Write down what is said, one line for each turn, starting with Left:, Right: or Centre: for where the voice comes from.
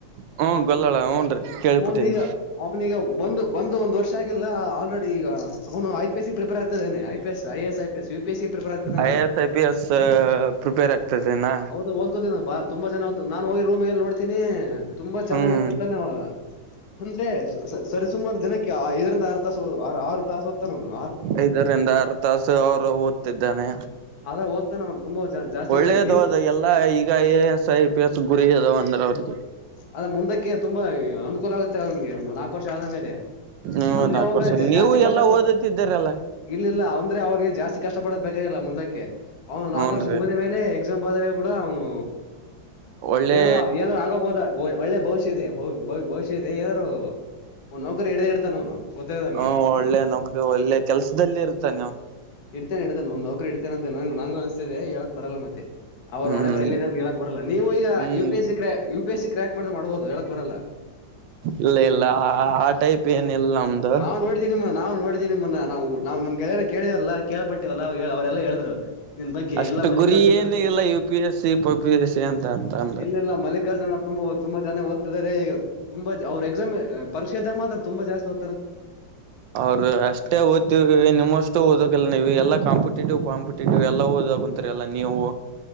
Right: ಹ್ಮ ಗೊಲ್ಲಳ ಹೂನ್ರಿ ಕೇಳ್ಬಿಟ್ಟೀನಿ
Left: ಅವನೀಗ ಅವನೀಗ ಬಂದು ಬಂದು ಒಂದ್ ವರ್ಷ ಆಗಿಲ್ಲ ಆಲ್ರೆಡಿ ಈಗ ಅವನು ಐ ಪಿಸ್ ಸಿ ಪ್ರಿಪೇರ್ ಆಗ್ತ ಇದಾನನೆ I P S I S I S P C prepare ಆಗ್ತದೆನು
Right: I A S I P S prepare ಆಗ್ತದೆನಾ
Left: ಹೌದ ಓದ್ಕೋತೇ ನ ಬಾ ತುಂಬ ಜನ ಆತು ನು ಹೋಗಿ ರೂಮ್ಗೆಲ್ಲಿ ನೋಡ್ತೀನಿ ತುಂಬಾ ಚೆನ್ನಾಗ
Right: ಹ್ಮ್
Left: ಓದ್ತಿರ್ತಾನೆ ಅಂದ್ರೆ ಸರಿಸುಮಾರು ದಿನಕ್ಕೆ ಐದರ ಆರು ತ ಆರು ತಾಸ ಹದತ್ತ ನಾನು
Right: ಐದರಿಂದ ಆರು ತಾಸ ಅವ್ರು ಓದ್ತಿದ್ದಾನೆ
Left: ಅದ ಓದ್ತಾನ ಅವ್ನು ತುಂಬಾ ಜಾಸ್ತಿ
Right: ಒಳ್ಳೇದು
Left: ಓದ್ತಾನೆ ನೀವು
Right: ಅದ ಎಲ್ಲಾ ಈಗ A S I P S ಗುರಿ ಅದಾವ ಅಂದ್ರೆ <inaudible>
Left: ಅದ ಮುಂದಕ್ಕೆ ತುಂಬಾ ಅನುಕೂಲ ಆಗುತ್ತೆ ಗೆ ನಾಲ್ಕು ವರ್ಷ ಆದ ಮೇಲೆ
Right: ಹ್ಮ
Left: ಅಂದ್ರೆ
Right: ನಾಲ್ಕು
Left: ಅವಾಗ
Right: ವರ್ಷ ನೀವು
Left: ಜಾಸ್ತಿ ಕಷ್ಟ
Right: ಎಲ್ಲಾ
Left: ಪಡ್
Right: ಓದತಿದ್ದೀರಲ್ಲ
Left: ಇಲ್ಲ ಇಲ್ಲ ಅವಂದ್ರೆ ಅವ್ರಿಗೆ ಜಾಸ್ತಿ ಕಷ್ಟ ಪಡ ಬೇಕಾಗಿಲ್ಲ ಮುಂದಕ್ಕೆ ಅವನು ನಾಲ್ಕು
Right: ಹೂನ್ರಿ
Left: ವರ್ಷ ಮುಗಿದ ಮೇಲೆ ಎಕ್ಸಾಮ್ ಬಾದ್ರ ಕೂಡ ಅವನು
Right: ಒಳ್ಳೆ
Left: ಏನಾದ ಏನಾರ ಆಗೋಬಹುದ ಒಳ್ಳೆ ಬಹಷಃ ಇದೆ ಬಹುಷಃ ಇದೆ ಏನಾರರು ಒ ನೌಕರಿ ಇಡ್ದ ಇಡ್ತಾನ ಅವನು ಗೊತ್ತಿದೆ ನಮ್ಗೆ
Right: ಹ್ಮ ಒಳ್ಳೆ ನೌಕರಿ ಒಳ್ಳೆ ಕೆಲ್ಸದಲ್ಲಿ ಇರ್ತಾನೆ ಅವನು
Left: ಇಡ್ತೇನೆ ಇತೆ ಒಂದ ನೌಕರಿ ಇಡ್ತೇನೆ ಅ ನಂಗ ಅನ್ಸತಿದೆ ಹೇಳಕ್ ಬರಲ್ಲ ಮತ್ತೆ ಅವ್ರು
Right: ಹ್ಮ್
Left: ಹೊಣೆ ಬರ್ ಇಲ್ಲ ಇದ ಹೇಳಾಕ್ ಬರಲ್ಲ ನೀವು ಈಗ
Right: ಹ್ಮ್
Left: ಯು ಪಿ ಎಸ್ ಸಿ ಕ್ರ U P S C crack ಮಾಡಸ ಮಾಡ್ಬೋದು ಹೇಳಕ್ ಬರಲ್ಲ
Right: ಇಲ್ಲ ಇಲ್ಲ ಆ ಟೈಪ್ ಏನ ಇಿಲ್ಲ ನಮ್ದು
Left: ನಾವು ನೋಡಿದೀವಿ ನಾವು ನೋಡಿದೀಿ ನಿಮ್ಮನ್ನ ನಾವು ನಾವು ನಮ್ಗೆೆಯನ ಕೇಳಿದೆೇ ಅಲ್ಲ ಕೇಳ್ಪಟ್ಟೇವ ಎಲ್ಲ ಅವರೆಲ್ಲಾ ಹೇಳಿದ್ರು ನಿನ್ ಬಗ್ಗೆ
Right: ಅಷ್ಟು
Left: ಇಲ್ಲ ಮಲ್ಲಿಕಾರ್ಜುನ
Right: ಗುರಿ ಏನು ಇಲ್ಲ ಯು ಪಿ ಎಸ್ ಸಿ ಪ ಪಿ ಎಸ್ ಸಿ ಅಂತ ಅಂತ ಅಂದ
Left: ಇಲ್ಲ ಇ ಮಲ್ಲಿಕಾರ್ಜುನ ಅವ್ ತುಂಬಾ ಹದ್ ತುಂಬಾ ಚನ್ನಾಗಿ ಓದ್ತಿದ್ದಾರೆ ಈಗ ತುಂಬಾ ಅವರು ಎಕ್ಸಾಮ್ ಪರೀೆ ಇದಾಗ ಮಾತ್ರ ತುಂಬ ಜಸ್ತಿ ಓ
Right: ಅವರು ಅಷ್ಟೇ ಓದ್ತವಿ ನಿಮ್ಮಷ್ಟು ಓದಕಲ್ಲ ನೀವು ಎಲ್ಲ ಕಾಂಪಿಟೇಟಿವ್ ಕಾಂಪಿಟೇಟಿವ್ ಎಲ್ಲ ಓದ ಕುಂತರಿ ಎಲ್ಲ ನೀವು